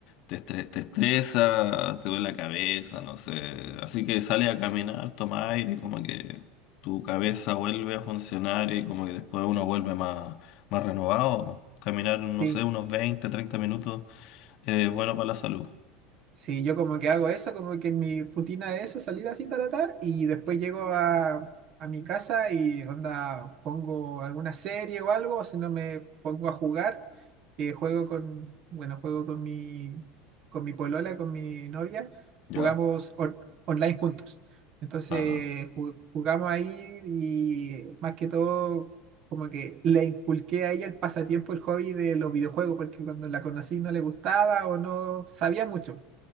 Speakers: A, on the left; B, on the right.
A: te estre- te estresa, te duele la cabeza, no sé. Así que sales a caminar, toma aire, y como que tu cabeza vuelve a funcionar y como que después uno vuelve más, más renovado. Caminar, no
B: Sí.
A: sé, unos 20, 30 minutos es bueno para la salud.
B: Sí, yo como que hago eso, como que mi rutina de eso, salir así, tal, tal, y después llego a, a mi casa y onda, pongo alguna serie o algo, o si no me pongo a jugar, que juego con, bueno, juego con mi, con mi polola, con mi novia,
A: Ya.
B: jugamos on- online juntos. Entonces
A: Ah,
B: ju- jugamos ahí y más que todo como que le inculqué a ella el pasatiempo, el hobby de los videojuegos, porque cuando la conocí no le gustaba o no sabía mucho.